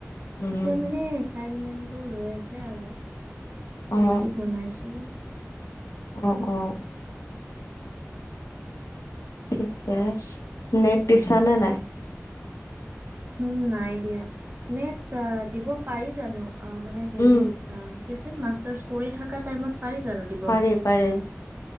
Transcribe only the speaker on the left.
উম
অ
অ অ ঠিকে <unintelligible> জানা নাই
উম
পাৰে পাৰে